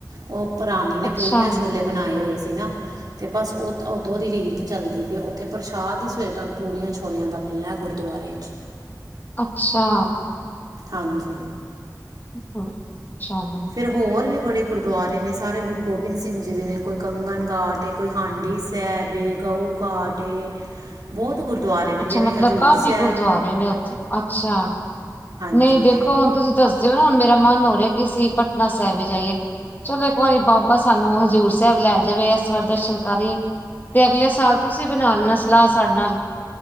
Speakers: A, on the right; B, on the left.
A: ਉਹ ਪ ਰਾਣੀ ਨੇ
B: ਅੱਛਾ
A: ਪੂੜੀਆਂ ਛੋਲੇ ਬਣਾਏ ਹੋਏ ਸੀ ਨਾ ਤੇ ਬਸ ਉਹ ਤ ਓਦੋਂ ਦੀ ਰੀਤ ਚੱਲਦੀ ਪੀ ਹੈ ਉੱਥੇ ਪ੍ਰਸਾ਼ਦ ਹੀ ਸਵੇਰੇ ਤੁਹਾਨੂੰ ਪੂੜੀਆਂ ਛੋਲਿਆਂ ਦਾ ਮਿਲਣਾ ਗੁੜ ਦੁਆਰੇ ਚ
B: ਅੱਛਾ
A: ਹਾਂਜੀ
B: ਹੂੰ, ਅੱਛਾ।
A: ਫਿਰ ਹੋਰ ਵੀ ਬੜੇ ਗੁਰਦੁਆਰੇ ਨੇ ਸਾਰੇ ਗੁਰੂ ਗੋਬਿੰਦ ਸਿੰਘ ਜੀ ਦੇ ਨੇ ਕੋਈ ਕੰਗਨ ਘਾਟ ਏ। ਕੋਈ ਹਾਂਡੀ ਸਹਿ ਬੇ, ਗਊ ਘਾਟ ਏ ਬਹੁਤ ਗੁਰਦੁਆਰੇ ਨੇ
B: ਅੱਛਾ,
A: ਜਿਵੇਂ
B: ਮਤਲਬ
A: ਹਜ਼ੂਰ
B: ਕਾਫ਼ੀ
A: ਸਾਹਿਬ
B: ਗੁਰਦੁਆਰੇ ਨੇ ਉੱਥੇ ਅੱਛਾ।
A: ਹਾਂਜੀ
B: ਨਹੀਂ, ਦੇਖੋ ਹੁਣ ਤੁਸੀਂ ਦੱਸ ਦਿਓ ਨਾ ਹੁਣ ਮੇਰਾ ਮਨ ਹੋ ਰਿਹਾ ਕਿ ਅਸੀਂ ਪਟਨਾ ਸਾਹਿਬ ਵੀ ਜਾਈਏ। ਚਲੋ ਇੱਕ ਵਾਰੀ ਬਾਬਾ ਸਾਨੂੰ ਹਜ਼ੂਰ ਸਾਹਿਬ ਲੈ ਜਾਵੇ, ਇਸ ਵਾਰ ਦਰਸ਼ਨ ਕਰੀਏ। ਤੇ ਅਗਲੇ ਸਾਲ ਤੁਸੀਂ ਬਣਾ ਲੈਨਾ, ਸਲਾਹ ਸਾਡੇ ਨਾਲ